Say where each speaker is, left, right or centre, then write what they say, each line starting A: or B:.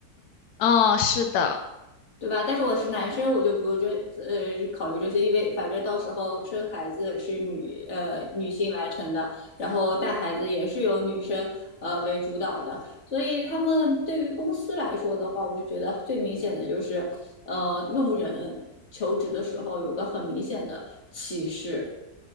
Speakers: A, on the left (about 85°); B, on the left (about 50°).
A: 嗯，是的。
B: 对吧？但是我是男生，我就不用这呃考虑这些，因为反正到时候生孩子是女呃女性完成的，然后带孩子也是由女生呃为主导的，所以他们对于公司来说的话，我就觉得最明显的就是呃用人求职的时候有个很明显的歧视。